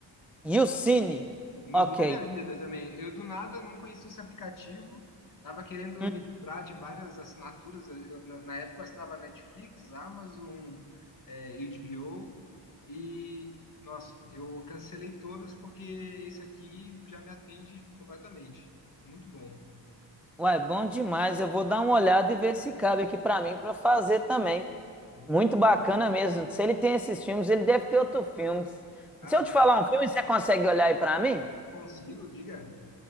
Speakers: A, in the centre; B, on the left.
A: Yucine.
B: Mudou
A: Ok.
B: minha vida também. Eu do nada não conhecia esse aplicativo, tava querendo
A: Hum.
B: me livrar de várias assinaturas. Eu, eu, na na época eu assinava Netflix, Amazon, é, HBO e nossa, eu cancelei todas porque esse aqui já me atende completamente. Muito bom.
A: Uai, bom demais. Eu vou dar uma olhada e ver se cabe aqui pra mim pra fazer também.
B: E-
A: Muito bacana mesmo. Se ele tem esses filmes, ele deve ter outros filmes.
B: Ah,
A: Se eu te falar um filme, você consegue olhar aí pra mim?
B: consigo, diga.